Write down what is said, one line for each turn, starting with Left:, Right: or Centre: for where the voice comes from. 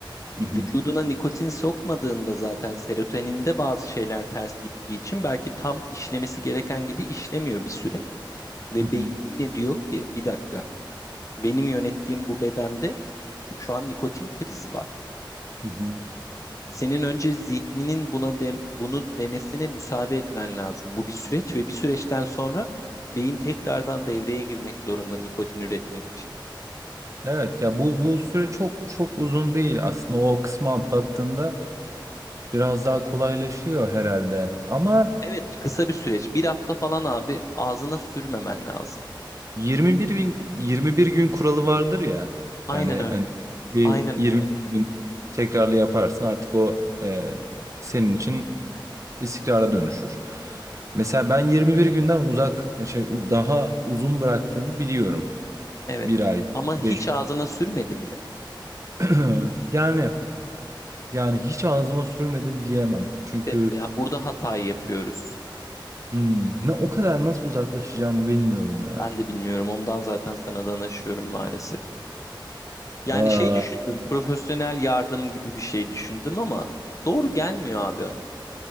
Right: Hı hı,
Left: Vücuduna nikotin sokmadığında zaten serotoninde bazı şeyler ters gittiği için belki tam işlemesi gereken gibi işlemiyor bir süre. Ve
Right: hı hı,
Left: beyin yine diyor ki bir dakika benim yönettiğim bu bedende şu an nikotin krizi var.
Right: hı hı.
Left: Senin önce zihninin buna dem- bunu demesine müsaade etmen lazım. Bu bir süreç ve bir süreçten sonra beyin tekrardan devreye girmek zorunda nikotin üretmek için.
Right: Evet ya bu bu süre çok çok uzun değil aslında o kısmı atlattığında biraz daha kolaylaşıyor herhalde. Ama
Left: Evet kısa bir süreç. Bir hafta falan abi ağzına sürmemen lazım.
Right: yirmi bir bin 21 gün kuralı vardır ya.
Left: Aynen
Right: Yani
Left: öyle.
Right: hani bir
Left: Aynen
Right: 20
Left: öyle.
Right: gün tekrarlı yaparsın artık o e, senin için istikrara dönüşür. Mesela ben 21 günden uzak e, şey u- daha uzun bıraktığımı biliyorum.
Left: Evet.
Right: Bir ay,
Left: Ama hiç
Right: beş
Left: ağzına sürmedin mi?
Right: <clears throat> yani yani hiç ağzıma sürmedim diyemem. Çünkü
Left: İşte ya burada hatayı yapıyoruz.
Right: hmm, ne o kadar nasıl uzaklaşacağımı bilmiyorum ya.
Left: Ben de bilmiyorum. Ondan zaten sana danışıyorum maalesef. Yani
Right: Aa,
Left: şey düşündüm. Profesyonel yardım gibi bir şey düşündüm ama doğru gelmiyor abi hani.